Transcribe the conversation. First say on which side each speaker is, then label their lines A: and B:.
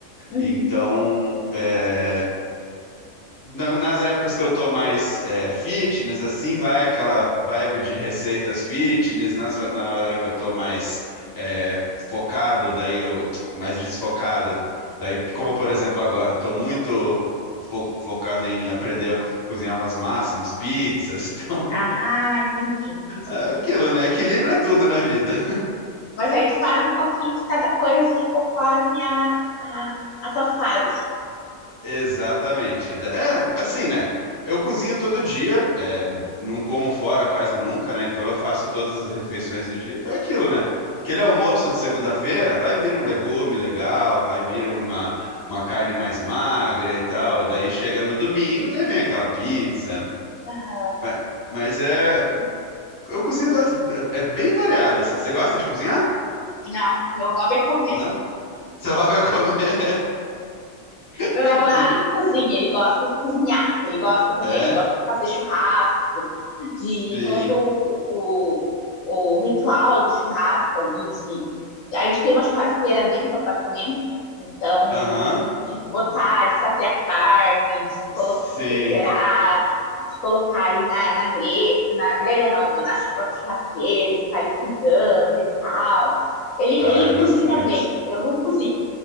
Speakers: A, on the left; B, on the left.
A: Uhum.
B: Então, é, na- Nas épocas que eu tô mais é, fitness, assim, vai aquela vibe de receitas fitness. Nas, na hora que eu tô mais é, focado, daí eu mais desfocado. Daí, como por exemplo agora, tô muito fo- focado em aprender a co- cozinhar umas massas, umas pizzas. <laughs>
A: Ah, entendi, entendi.
B: Então, é aquilo, né? Equilibra tudo na vida.
A: Mas aí tu faz um pouquinho de cada coisa, assim, conforme a, a, a tua fase.
B: Exatamente. É, assim, né? Eu cozinho todo dia, é, não como fora quase nunca, né? Então eu faço todas as refeições do dia. Então é aquilo, né? Aquele almoço de segunda-feira vai vir um legume legal, vai vir uma, uma carne mais magra e tal. E daí chega no domingo, daí vem aquela pizza.
A: Aham.
B: Mas, mas é. Eu cozinho bas- é bem variado, assim. Você gosta de cozinhar?
A: Não, meu hobby é comer
B: Não. <laughs> Seu hobby é comer.
A: Meu
B: <laughs>
A: namorado
B: Que-
A: que cozinha, ele gosta de cozinhar, ele gosta também,
B: É,
A: gosta de fazer churrasco,
B: sim.
A: de todo o, o ritual do churrasco ali, de a gente tem uma churrasqueira dentro do apartamento, então
B: Aham.
A: de botar, de fazer a carne, de colocar,
B: Sim.
A: de temperar, de colocar ali na, na grelha, na grelha não, na própria churrasqueira e ficar ali cuidando e tal. Ele,
B: Ah,
A: ele
B: eu gosto
A: cozinha
B: muito.
A: bem, eu não cozinho.